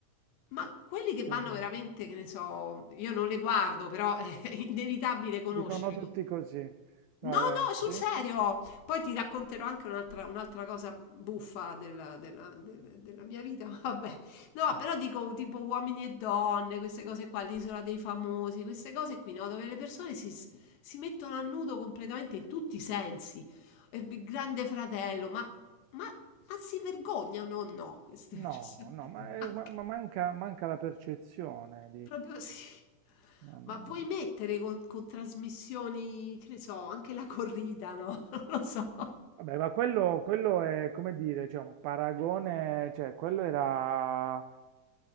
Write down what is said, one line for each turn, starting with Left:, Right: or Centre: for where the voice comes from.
Left: Ma quelli che
Right: sì,
Left: vanno veramente, che ne so, io non le guardo, però è <laughs> inevitabile conoscere
Right: dicono tutti così, dai,
Left: No, no,
Right: dai,
Left: sul
Right: sì?
Left: serio. Poi ti racconterò anche un'altra, un'altra cosa buffa della, della- del- della mia vita. <laughs> ma Vabbè, no, però dico tipo uomini e donne, queste cose qua, l'isola dei famosi, queste cose qui, no? Dove le persone si, s- si mettono a nudo completamente in tutti i sensi. E il Grande fratello, ma, ma, ma si vergognano o no queste
Right: No,
Left: persone?
Right: no, ma,
Left: <laughs>
Right: è- ma- ma manca, manca la percezione
Left: Proprio <laughs> sì.
Right: di...
Left: Ma vuoi mettere con, con trasmissioni, che ne so, anche la corrida, no? <laughs> Non lo so.
Right: Vabbè, ma quello, quello è come dire, cioè un paragone, cioè quello era eh,